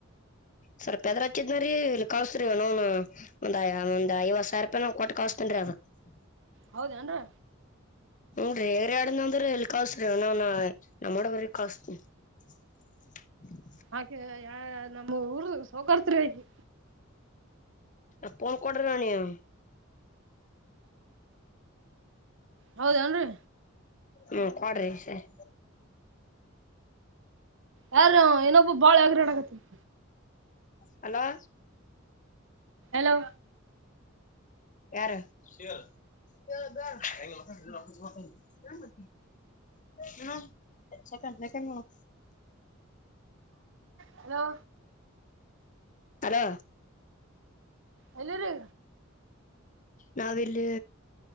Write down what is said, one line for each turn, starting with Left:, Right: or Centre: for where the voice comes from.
Left: ಸ್ವಲ್ಪ ಹೆದ್ರ ಹಚ್ಚಿದ್ ನ್ರರಿ ಇಲ್ಲಿ ಕಳಸ್ರಿವ ನ ಒಂದ್ ಒಂದ್ ಐವ ಸಿ ರೂಪಾಯಿ ಕೊಟ್ಟ ಕಳ್ಸ್ತನ್ರಿ. <unintelligible>
Right: ಹೌದೇನ್ರಿ
Left: ಹ್ರೀಯಾಡನಂದ್ರ ಎಲ್ಲಿ ಕಸ್ಅವನನ ನಮ್ಮಡ ಬರಿ ಕಸ್. <unintelligible> <inaudible>
Right: ಹಾಕೆ ಯ ನಮ್ಮ ಊರ್ ಸೋಕಾಡ್ತಿರಿಕಿ.
Left: ಆ ಪೂನ್ ಕೂಡ್ರಿ ಅವನಿಗಿ.
Right: ಹೌದೇನ್ರಿ.
Left: ಹ್ಮ್ ಕೊಡ್ರಿ ಸರ್.
Right: ಯಾರು ಅವ ಇನೊಬ್ಬ ಬಾಳ ಯಗ್ರಾಡಕತ್ತಾನ.
Left: ಹಲೋ.
Right: ಹಲೋ.
Left: ಯಾರ. <unintelligible> <unintelligible> <unintelligible> ಮೇಸೆಜ್ ನೂಡಮ್.
Right: Hello
Left: hello.
Right: ಎಲ್ಲಿರೀ
Left: ನಾವಿಲ್ಲಿ